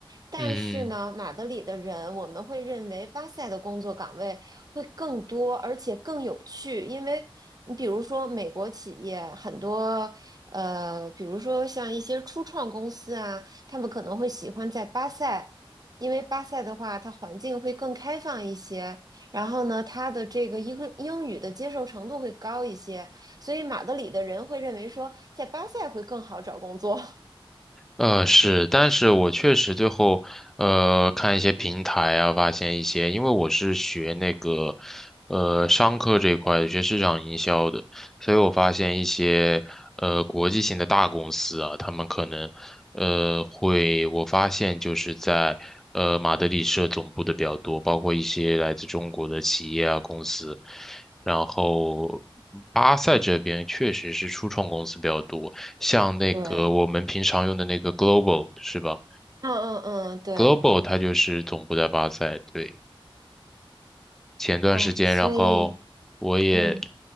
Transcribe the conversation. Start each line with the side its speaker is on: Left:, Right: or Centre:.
Right: 但是呢，
Centre: 嗯。
Right: 马德里的人我们会认为巴塞的工作岗位会更多，而且更有趣，因为你比如说美国企业很多，呃，比如说像一些初创公司啊，他们可能会喜欢在巴塞。因为巴塞的话，它环境会更开放一些，然后呢，他的这个英英语的接受程度会高一些，所以马德里的人会认为说，在巴塞会更好找工作。<laughs>
Centre: 呃，是，但是我确实最后，呃，看一些平台啊，发现一些，因为我是学那个，呃，商科这一块的，学市场营销的，所以我发现一些，呃，国际性的大公司啊，他们可能，呃，会，我发现就是在，呃，马德里设总部的比较多，包括一些来自中国的企业啊，公司，然后巴塞这边确实是初创公司比较多。像那个我们平常用的那个
Right: 对，
Centre: Global 是吧
Right: 嗯嗯嗯，对，
Centre: ？Global 它就是总部在巴塞，对。前段时间，
Right: 哎，所以
Centre: 然后我也
Right: 嗯。